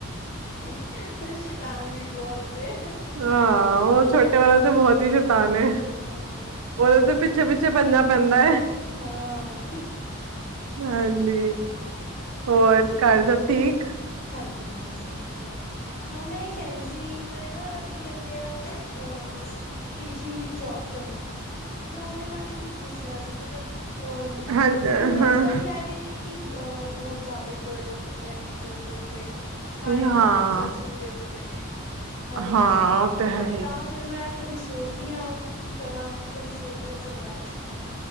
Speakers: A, on the left; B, on the right.
A: ਹੋਰ ਸ਼ੈਤਾਨ ਵੀ ਬਹੁਤ ਨੇ
B: ਹਾਂ ਉਹ ਛੋ ਛੋਟੇ ਵਾਲਾ ਤੇ ਬਹੁਤ ਹੀ ਸ਼ਤਾਨ ਐ
A: ਹਾਂ
B: ਓਦੇ ਤੇ ਪਿੱਛੇ-ਪਿੱਛੇ
A: ਹੋਰ
B: ਭਜਨਾ ਪੈਂਦਾ ਐ।
A: ਹਾਂ
B: ਹਾਂਜੀ। ਹੋਰ ਘਰ ਸਭ ਠੀਕ?
A: ਹਾਂਜੀ-ਹਾਂਜੀ ਸਭ ਵਧੀਆ। ਹਾਂ ਮੈਂ ਇਹ ਕਹਿ ਰਹੀ ਸੀ ਮੈਂ ਨਾ ਕੀ ਕਹਿੰਦੇ ਆ ਅਹ ਟੀਚਿੰਗ ਦੀ ਜੋਬ ਕਰਨੀ ਸੀ ਤੇ ਮੈਂ ਉਹਦੇ ਬਾਰੇ ਕੁੱਛ ਪੁੱਛਣਾ ਸੀ ਮਤਲਬ ਅ
B: ਹਾਂ
A: ਹੁਣ
B: ਹਾਂ
A: ਅੱਜ-ਕੱਲ ਕਹਿ ਰਹੇ ਨੇ ਕਿ ਅ ਬਹੁਤ ਜ਼ਿਆਦਾ ਹੀ ਬਰਡਨ ਹੋ ਗਿਆ ਟੀ ਟੀਚਰਸ ਦੇ ਉੱਤੇ ਸਾਰੇ
B: ਹਾਂ
A: ਕੰਮ ਟੀਚਰਸ ਨੂੰ ਵੀ ਦੇ ਦਿੰਦੇ ਨੇ, ਹਰ
B: ਹਾਂ
A: ਇੱਕ ਚੀਜ਼
B: ਉਹ ਹੈ ਹੀ।
A: ਤਾਂ ਫੇਰ ਮੈਂ ਕਦੀ ਸੋਚਦੀ ਹਾਂ ਕੀ ਕਰਾਂ ਕਦੀ ਸੋਚਦੀ ਹਾਂ ਚੱਲੋ ਰਹਿਣ ਦਿਂਦੀ ਹਾਂ।